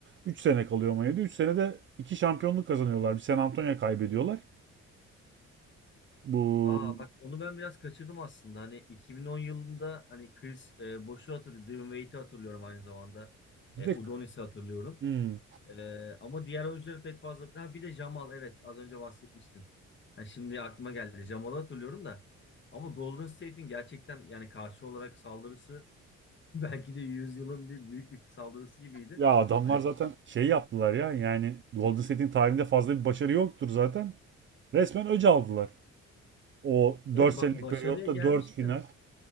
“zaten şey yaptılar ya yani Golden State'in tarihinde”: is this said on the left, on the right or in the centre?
Right